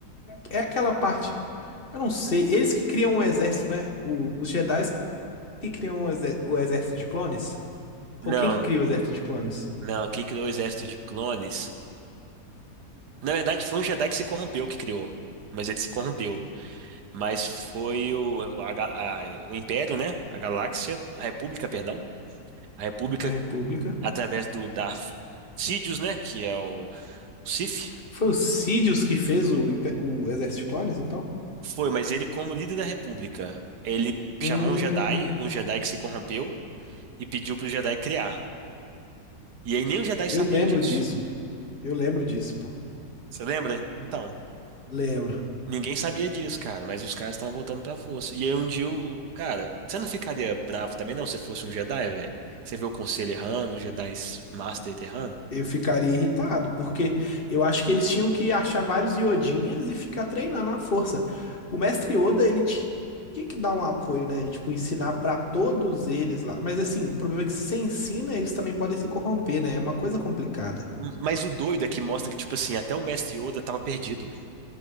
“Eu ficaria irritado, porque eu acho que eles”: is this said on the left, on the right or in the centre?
Left